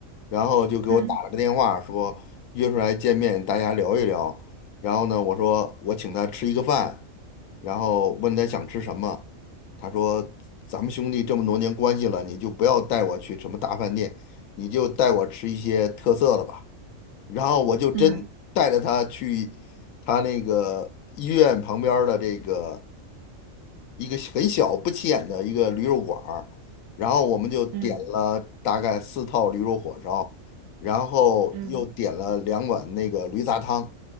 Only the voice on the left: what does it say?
然后就给我打了个电话，
说约出来见面，大家聊一聊。然后呢，我说我请他吃一个饭，然后问他想吃什么，他说咱们兄弟这么多年关系了，你就不要带我去什么大饭店，你就带我吃一些特色的吧。然后我就真带着他去他那个医院旁边儿的这个
一个很小不起眼的一个驴肉馆儿，然后我们就点了大概四套驴肉火烧，
然后又点了两碗那个驴杂汤，